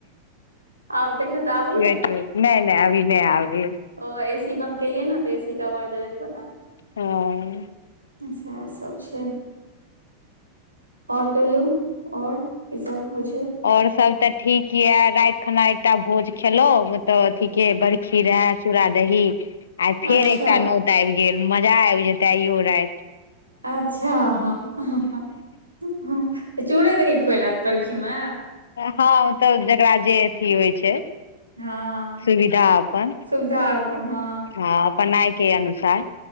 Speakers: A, on the right; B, on the left.
A: आब देखियौ तऽ आबैया
B: नय - नय अभी नय आबै यऽ।
A: ओ ए सी बन्द केलियै नऽ तऽ एसी कऽ आवाज रहै पता नय
B: हँ हँ
A: अच्छा सब छै। आओर कहियौ। आओर की सब होइ छै।
B: आऔर सब तऽ ठीक यऽ राइत खना एकटा भोज खेलो मतलब अथी केँ बड़ खी रहै चूड़ा दही आइ फेर
A: अच्छा
B: एकटा नौत आइब गेल मजा आइब जेतैय आईयो राइत
A: अच्छा हँ <unintelligible> तऽ चूड़े दही खुएलक बरखी मे।
B: हँ तऽ जकरा जे अथी होइ छै।
A: हँ
B: सुविधा अपन।
A: सुविधा अपन हँ।
B: हँ अपनाय अनुसार